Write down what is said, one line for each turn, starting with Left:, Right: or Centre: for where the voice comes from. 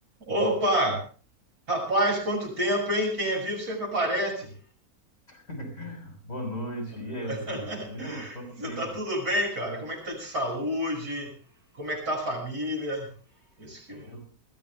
Right: Opa! Rapaz, quanto tempo, hein? Quem é vivo sempre aparece.
Left: <laughs> Boa noite.
Right: <laughs>
Left: E aí, Alessandro, tudo bem, mano? Quanto
Right: Você
Left: tempo?
Right: tá tudo bem, cara? Como é que tá de saúde? Como é que tá a família? Isso que,
Left: Eu,